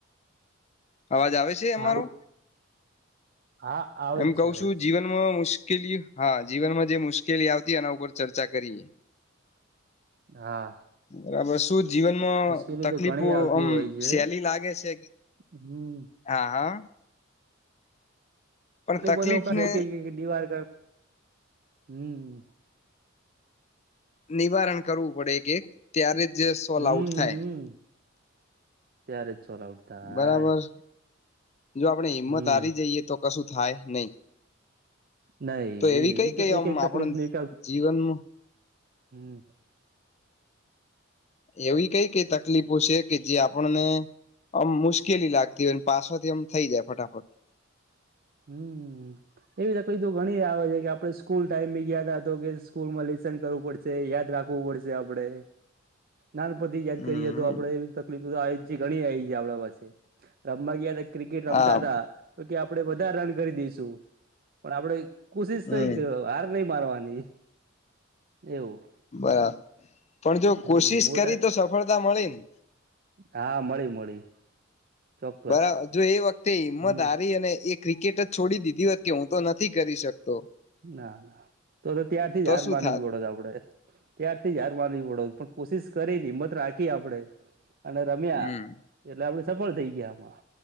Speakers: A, on the left; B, on the right.
A: અવાજ આવે છે અમારો
B: હા હા આવે
A: એમ
B: જ
A: કવ
B: છે આવે
A: છું
B: જ છે
A: જીવનમાં મુશ્કેલી હા જીવનમાં જે મુશ્કેલી આવતી એના ઉપર ચર્ચા કરીએ
B: હા
A: બરાબર શું જીવનમાં
B: મુશ્કેલી
A: તકલીફો
B: તો ઘણી આવતી
A: આમ
B: હોય છે
A: સેલી લાગે છે
B: હમ
A: હા હા પણ
B: એ
A: તકલીફને
B: બધો દીવાર હમ
A: નિવારણ કરવું પડે એક એક ત્યારે જ સોલ
B: હમ
A: આઉટ થાય
B: ત્યારે જ સોલા ઉઠતા હાય
A: બરાબર જો આપડે હિંમત
B: હમ
A: હારી જઈએ તો કશું થાય નહી
B: નાહી
A: તો એવી
B: એ
A: કઈ
B: એઈ તો
A: કઈ
B: એક
A: આમ
B: એક તકલીફ
A: આપણ
B: ન એક
A: જીવનમાં
B: હમ
A: એવી કઈ કઈ તકલીફો છે કે જે આપણને આમ મુશ્કેલી લાગતી હોય પાછોથી આમ થઈ જાય ફટાફટ
B: હમ એવી તકલી તો ઘણી આવે છે કે આપડે સ્કૂલ ટાઈમ ી ગયા ત તો કે સ્કૂલ મળી કરવું પડશે યાદ રાખવું પડશે આપડે નાનપથી યાદ
A: હમ
B: કરીએ તો આપડે એવી તકલીફ ઘણી આવી છે આપણા પાસે રામબયા ક્રિકેટ રમતા
A: હા
B: હતા તો કે આપડે બધા રન કરી દઈશું પણ આપણે કોશિશ
A: હમ
B: કઈ હાર નહી મારવાની એવું
A: બરાબર પણ જો
B: હમ
A: કોશિશ
B: મોટા
A: કરી તો સફળતા મળી ને
B: હા મળી મળી ચોક્કસ
A: બરાબર જો એ વખતે હિંમત
B: હમ
A: હારી અને એક ક્રિકેટ જ છોડી દીધી હોત કે હું તો નથી કરી શકતો
B: ના ના તો તો ત્યારથી જ
A: તો
B: હાર
A: શું
B: માનવી
A: થાત
B: પડો છ આપડે ત્યારથી જ હાર માનવી પડો પણ કોશિશ કરી હિમત રાખી આપડે અને રમ્યા
A: હમ
B: એટલે આપણે સફળ થઇ ગયામાં